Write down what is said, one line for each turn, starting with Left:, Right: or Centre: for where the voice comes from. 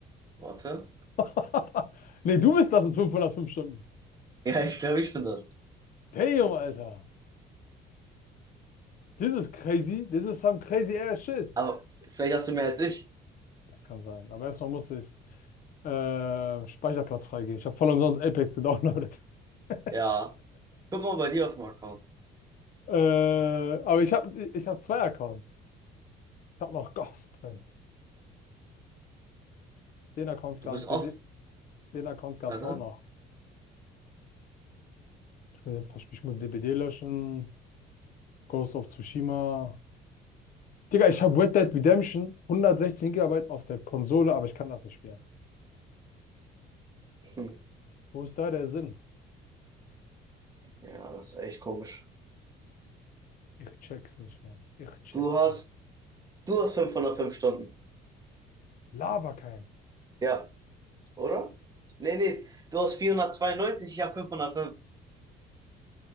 Right: warte. <laughs>
Left: <laughs> Nee, du bist das mit 505 Stunden.
Right: Ja, ich glaube, ich bin das.
Left: Damn, Alter. This is crazy. This is some crazy ass shit.
Right: Aber vielleicht hast du mehr als ich.
Left: Das kann sein. Aber erstmal muss ich äh, Speicherplatz freigeben. Ich habe voll umsonst Apex gedownloadet. <laughs>
Right: Ja. Guck mal bei dir auf dem Account.
Left: Äh, aber ich habe ich hab zwei Accounts. Ich habe noch Ghost Prince. Den Account
Right: Du
Left: gab,
Right: bist
Left: den,
Right: off.
Left: Account gab's
Right: Warte.
Left: auch noch.
Right: <laughs>
Left: Ich muss jetzt ein paar Spiele, ich muss DBD löschen, Ghost of Tsushima. Digga, ich habe Red Dead Redemption 116 Gigabyte auf der Konsole, aber ich kann das nicht spielen.
Right: Hm.
Left: Wo ist da der Sinn?
Right: Ja, das ist echt komisch.
Left: Ich check's nicht, Mann. Ich check's
Right: Du hast,
Left: nicht.
Right: du hast 505 Stunden.
Left: Laber kein.
Right: Ja, oder? Nee, nee. Du hast 492, ich habe 505.